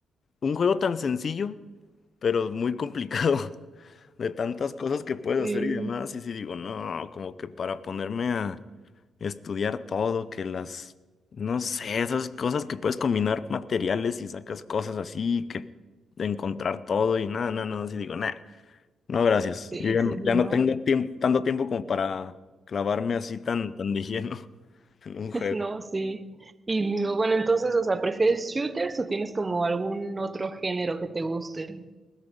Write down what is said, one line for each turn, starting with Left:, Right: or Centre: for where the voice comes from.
Left: un juego tan sencillo, pero muy complicado, <laughs> de tantas cosas que puedes
Right: Sí,
Left: hacer y demás. Y si digo, no, como que para ponerme a estudiar todo, que las, no sé, esas cosas que puedes combinar materiales y sacas cosas así, que encontrar todo y nada, no, no, así digo, nada, no, gracias.
Right: sí,
Left: Yo ya
Right: sí,
Left: no,
Right: sí,
Left: ya
Right: no,
Left: no tengo tiempo, tanto tiempo como para clavarme así tan, tan de lleno <laughs> en un
Right: <laughs>
Left: juego.
Right: no, sí. Y bueno, entonces, o sea, ¿prefieres shooters o tienes como algún otro género que te guste?